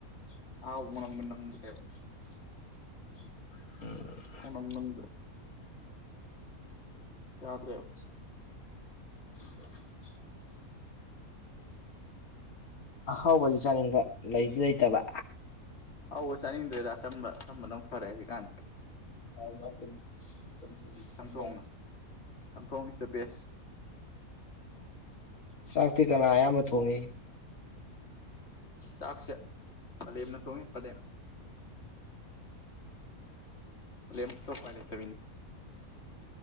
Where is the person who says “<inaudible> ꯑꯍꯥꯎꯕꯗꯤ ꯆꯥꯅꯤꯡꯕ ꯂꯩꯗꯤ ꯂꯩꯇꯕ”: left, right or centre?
Left